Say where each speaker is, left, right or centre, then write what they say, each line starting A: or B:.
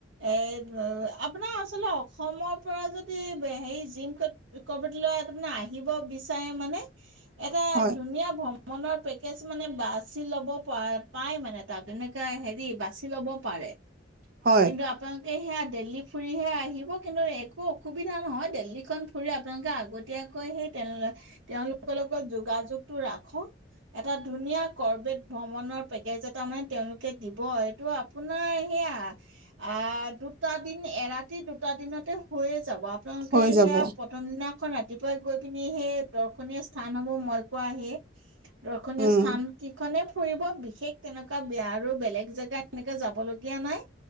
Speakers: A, on the right; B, on the right.
A: এ আপোনাৰ আচলতে অসমৰ পৰা যদি হেৰি জিম কৰ্বটলৈ তাৰে আহিব বিচাৰে মানে এটা
B: হয়,
A: ধুনীয়া ভ্ৰম মনৰ পেকেজ মানে বাছি ল'ব প পাই মানে তাত এনেকা হেৰি বাছ ল'ব পাৰে
B: হয়,
A: কিন্তু আপোনালোক সেয়া দিল্লী ফুৰিহে আহিব কিন্তু একো অসুবিধা নহয় দিল্লী খন ফুৰি আপোনালোকে আগতয়াকৈ সেই তেওঁলোকৰ লগত যোগাযোগ টো ৰাখক এটা ধুনীয়া কৰ্বেট ভ্ৰমনৰ পেকেজ এটা মানে তেওঁলোকে দিব টো আপোনাৰ সেয়া আ দুটা দিন এৰাতি দুটা দিনতে হৈয়ে যাব আপোনালোকে
B: হৈ যাব।
A: সেয়া প্ৰথম দিনা খন ৰাতিপুৱাই গৈ পিনি সেই দৰ্শনীয় স্থানসমূহ মই পোৱা আহে দৰ্শনীয়
B: উম,
A: স্থান কিখনে ফুৰিব বিশেষ তেনেকুৱা বয়া আৰু বেলেগ জেগাত এনেকে যাব লগীয়া নাই